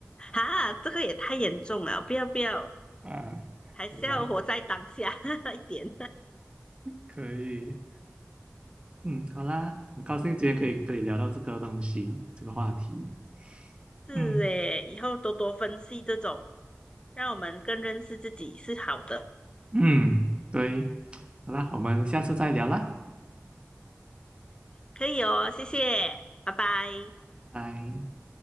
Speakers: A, on the left (about 20°); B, on the right (about 20°).
A: 哈，这个也太严重了，不要不要，
B: 啊，
A: 还是要活在当下
B: 对啦，
A: <laughs> 一点。
B: 可以，嗯，好啦，很高兴今天可以跟你聊到这个东西，这个话题，
A: 是诶，
B: 嗯
A: 以后多多分析这种，让我们更认识自己是好的，
B: 嗯，对。好啦，我们下次再聊啦，
A: 可以哦，谢谢，拜拜。
B: 拜。